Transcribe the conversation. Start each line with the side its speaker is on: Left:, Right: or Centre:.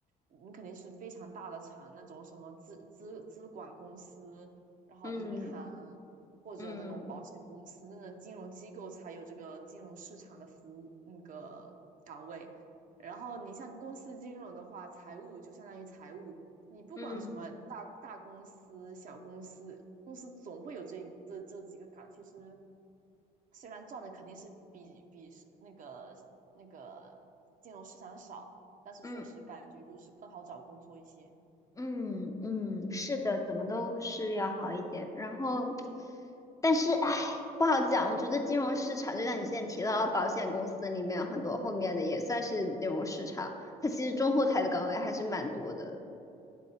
Right: 你肯定是非常大的厂，那种什么资资资管公司，然后银行嗯或者那种保险公司，
Left: 嗯嗯
Right: 那种金融机构才有这个金融市场的服务那个岗位。然后你像公司金融的话，财务就相当于财务，你不管什么大大公司、
Left: 嗯
Right: 小公司，公司总会有这这这几个岗。其实虽然赚的肯定是比比是那个那个金融市场少，但是确实感觉就是更好找工作一些。
Left: 嗯嗯嗯，是的，怎么都是要好一点。然后，但是唉，不好讲。我觉得金融市场，就像你之前提到的保险公司里面很多后面的也算是金融市场，它其实中后台的岗位还是蛮多的。